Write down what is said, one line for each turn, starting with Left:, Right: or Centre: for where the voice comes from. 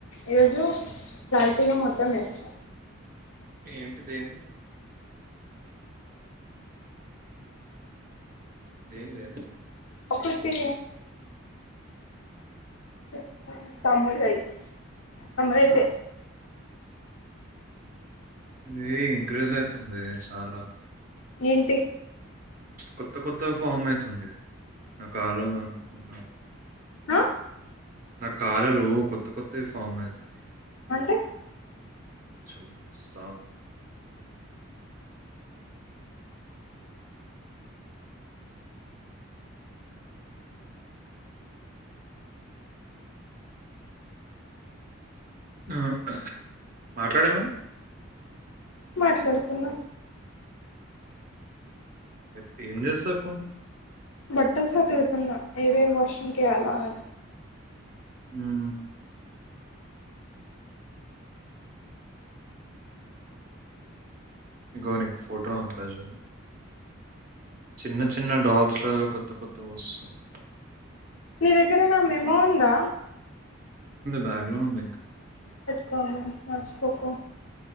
Left: ఈరోజు క్లారిటీ గా మొత్తం వేస్తా
Right: ఏంటిదెంది ఏందే
Left: ఒకటి చెప్తా సమ్మురై సమరయితే
Right: ఆ! ఇది ఇంక్రీజ్ అయితుందే చాలా
Left: ఏంటి
Right: కొత్త కొత్త గా ఫామ్ అవుతుంది నా కాలు ఉ ఉన్నవి
Left: ఆ
Right: నా కాలలో కొత్త కొత్తవి ఫామ్ అయితున్నాయి
Left: అంటే
Right: చూపిస్తావు ఉమ్ మాట్లాడేమని
Left: మాట్లాడుతున్నా
Right: ఎప్పు ఏం చేస్తా ఇప్పు నువ్
Left: బట్టలు సదురుతున్న ఏవేవి వాషింగ్కి కేయల అని
Right: ఉమ్ ఇగో నీకు ఫోటో పంపుతా చూడు చిన్న చిన్న డాల్స్ లాగా కొత్త కొత్త వస్తుంనాయి
Left: నీ దగ్గర నా మెమో ఉందా
Right: బ్యాగ్లో నే ఉంది ఇంకా
Left: కానీ మర్చిపోకు